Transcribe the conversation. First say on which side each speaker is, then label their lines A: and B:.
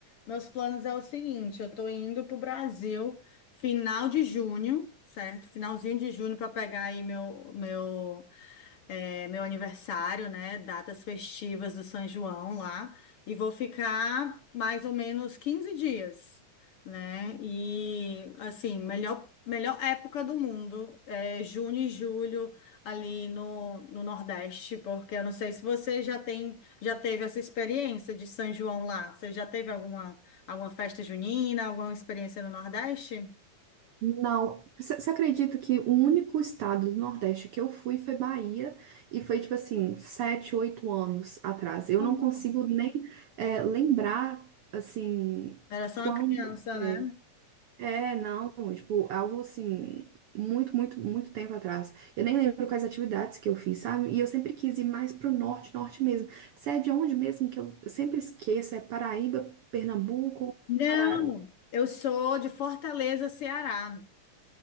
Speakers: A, on the left; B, on the right.
A: meus planos é o seguinte, eu tô indo pro Brasil final de junho, certo? Finalzinho de junho para pegar aí meu meu é, meu aniversário, né? Datas festivas do São João lá. E vou ficar mais ou menos 15 dias, né? E, assim, melhor, melhor época do mundo é junho e julho ali no, no Nordeste, porque eu não sei se você já tem, já teve essa experiência de São João lá. Você já teve alguma, alguma festa junina, alguma experiência no Nordeste?
B: Não, você você acredita que o único estado do Nordeste que eu fui foi Bahia, e foi tipo assim, sete, oito anos atrás. Eu
A: Não.
B: não consigo nem eh, lembrar, assim,
A: Era só
B: quando.
A: uma criança,
B: eh,
A: né?
B: É, não, tipo, algo assim, muito, muito, muito tempo atrás. Eu nem lembro quais atividades que eu fiz, sabe? E eu sempre quis ir mais pro norte, norte mesmo. Se é de onde mesmo que eu eu sempre esqueço, é Paraíba, Pernambuco,
A: Não,
B: para...
A: eu sou de Fortaleza, Ceará.